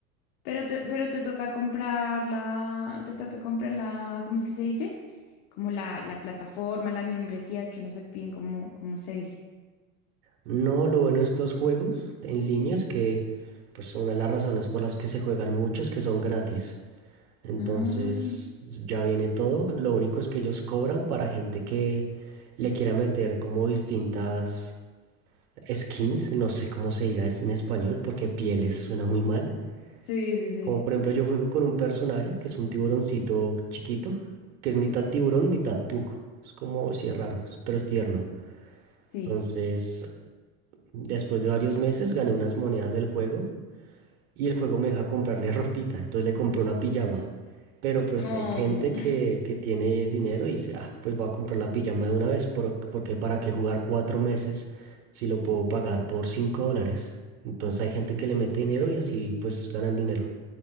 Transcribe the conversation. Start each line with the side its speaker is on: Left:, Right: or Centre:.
Left: Pero te, pero te toca comprar la, te toca comprar la, ¿cómo es que se dice? Como la, la plataforma, la membresía, es que no sé bien cómo, cómo se dice.
Right: No, lo bueno de estos juegos en línea es que, pues una de las razones por las que se juegan mucho es que son gratis. Entonces,
Left: Ah,
Right: ya viene todo. Lo único es que ellos cobran para gente que le quiera meter como distintas skins, no sé cómo se diga es- en español, porque pieles suena muy mal.
Left: sí, sí, sí,
Right: Como por ejemplo, yo juego con un personaje que es un tiburoncito chiquito, que es mitad tiburón, mitad puc. Es como, sí, es raro, es- pero es tierno.
Left: sí.
Right: Entonces, después de varios meses gané unas monedas del juego y el juego me deja comprarle <laughs> ropita. Entonces le compré una pijama. Pero pues
Left: Oh.
Right: hay gente que, que tiene dinero y dice, ah, pues voy a comprar la pijama de una vez, por- porque para qué jugar cuatro meses si lo puedo pagar por cinco dólares. Entonces hay gente que le mete dinero y así pues ganan dinero.